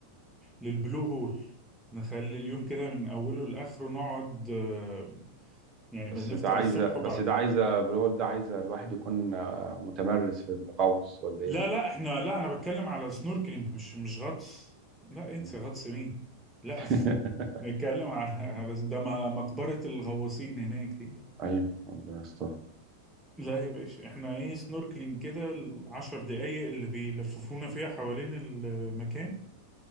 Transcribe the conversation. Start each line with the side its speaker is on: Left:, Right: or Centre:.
Centre: للبلو هول نخلي اليوم كده من اوله لاخره نقعد آه، يعني بنفطر
Right: بس ده عايزة
Centre: الصبح
Right: بس
Centre: وبعد
Right: ده عايزة بنقول ده عايزة الواحد يكون آه، متمرس في الغوص ولا ايه؟
Centre: لا لا احنا لا انا بتكلم على سنوركلينج مش مش غطس لا
Right: مم.
Centre: انسى غطس مين لا
Right: <laughs>
Centre: <laughs> نتكلم على على ده م- مقبرة الغواصين هناك دي
Right: ايوه ربنا يستر
Centre: لا يا باشا احنا ايه سنوركلينج كده العشر دقايق اللي بيلففونا فيها حوالين المكان